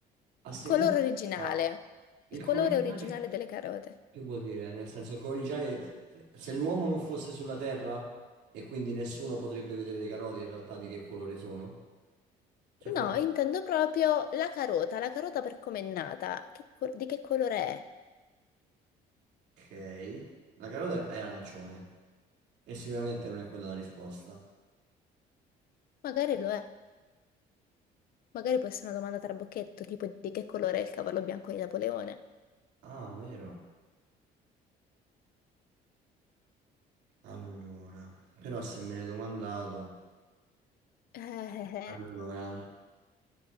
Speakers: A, on the right; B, on the left.
A: a seconda...
B: Colore originale.
A: ah, il
B: Il colore
A: colore ideale
B: originale delle carote.
A: che vuol dire? Nel senso, il colore ideale, se se l'uomo non fosse sulla Terra e quindi nessuno potrebbe vedere le carote in realtà di che colore sono. Cioè, quella-
B: No, intendo proprio la carota, la carota per come è nata. Che co- di che colore è?
A: Ok, la carota è arancione e sicuramente non è quella la risposta.
B: Magari lo è. Magari può essere una domanda trabocchetto, tipo di che colore è il cavallo bianco di Napoleone.
A: Ah, vero. Allora, però se me l'hai domandato...
B: Eh, <laughs> eh,
A: Allora,
B: eh.